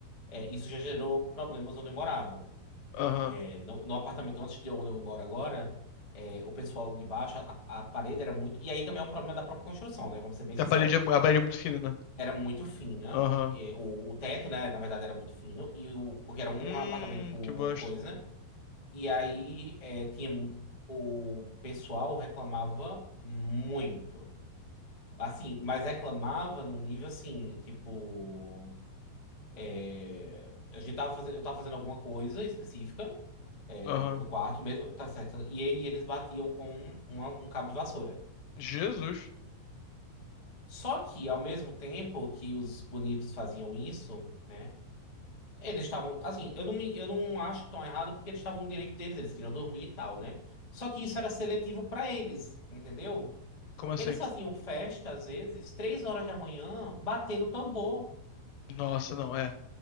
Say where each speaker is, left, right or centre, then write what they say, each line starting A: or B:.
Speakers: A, on the left (about 25°); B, on the left (about 75°).
A: é, isso já gerou problemas onde eu morava.
B: aham.
A: É, no, no apartamento antes de onde eu moro agora, é, o pessoal de baixo, a, a parede era muito. E aí também é um problema da própria construção, né? Vamos ser bem sinceros.
B: A parede é, a parede é muito fina, né?
A: Era muito fina.
B: Aham.
A: E O, o teto, né, na verdade, era muito fino. E o, porque era um
B: Hum,
A: apartamento por
B: que bosta.
A: coisa. E aí é, tinha mu- o pessoal reclamava muito. Assim, mas reclamava num nível assim, tipo. é, a gente tava fazendo, eu tava fazendo alguma coisa específica é,
B: Aham.
A: no, no quarto mesmo, tá certo. E aí eles batiam com uma- um cabo de vassoura.
B: Jesus.
A: Só que, ao mesmo tempo que os bonitos faziam isso, né? Eles estavam, assim, eu não, me, eu não acho tão errado porque eles estavam no direito deles, eles queriam dormir e tal, né? Só que isso era seletivo pra eles, entendeu?
B: Como assim?
A: Eles faziam festa, às vezes, três horas da manhã, batendo tambor.
B: Nossa, não, é.